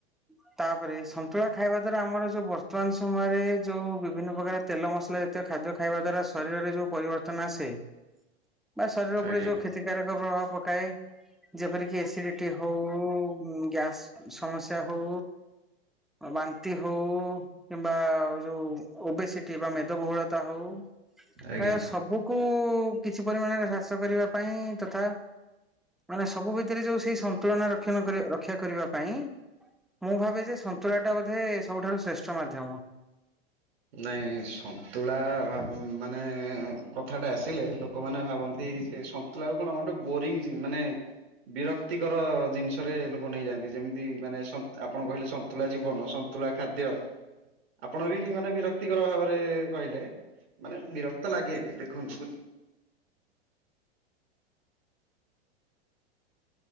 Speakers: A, in the centre; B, on the right.
A: ହଁ ତାପରେ ସନ୍ତୁଳା ଖାଇବା ଦ୍ଵାରା ଆମର ଯୋଉ ବର୍ତ୍ତମାନ ସମୟରେ ଯୋଉ ବିଭିନ୍ନ ପ୍ରକାର ତେଲ ମସଲା ଜା ତୀୟ ଖାଦ୍ୟ ଖାଇବା ଦ୍ବାରା ଶରୀରରେ ଯୋଉ ପରିବର୍ତ୍ତନ ଆସେ। ବା ଶରୀର ଉପରେ
B: ଆଜ୍ଞା
A: ଯୋଉ କ୍ଷତିକାରକ ପ୍ରଭାବ ପକାଏ। ଯେପରିକି ଏସିଡିଟି ହଉ ଗ୍ୟାସ୍ ସମସ୍ୟା ହଉ। ବାନ୍ତି ହଉ କିମ୍ବା ଯୋଉ ଓବେ ସି ଟି ବା ମେଦବହୁଳ ତା ହଉ
B: ଆଜ୍ଞା।
A: ପ୍ରାୟ ସବୁ କୁ କିଛି ପରିମାଣରେ ହ୍ରାସ କରିବା ପାଇଁ ତଥା ମାନେ ସବୁ ଭିତରେ ଯୋଉ ସେଇ ସନ୍ତୁଳନା ରକ୍ଷଣ କରିବା ର ରକ୍ଷା କରିବା ପାଇଁ ମୁଁ ଭାବେ ଯେ ସନ୍ତୁଳା ଟା ବୋଧେ ସବୁଠାରୁ ଶ୍ରେଷ୍ଠ ମାଧ୍ୟମ।
B: ନାଇଁ ସନ୍ତୁଳା ମାନେ କଥାଟା ଆସିଲେ ଲୋକମାନେ ଭାବନ୍ତି ଯେ ସ ମତେ ଲାଗେ ବୋରିଂ ମାନେ ବିରକ୍ତିକର ଜିନିଷରେ ଲୋକ ନେଇଯାଆନ୍ତି। ଯେମିତି ମାନେ ସନ୍ତ ଆପଣ କହିଲେ ସନ୍ତୁଳା ଜୀବନ ସନ୍ତୁଳା ଖାଦ୍ୟ ଆପଣ ବି ମାନେ ବି ବିରକ୍ତିକର ଭାବରେ କହିଲେ ମାନେ ବିରକ୍ତ ଲାଗେ। ଦେଖନ୍ତୁ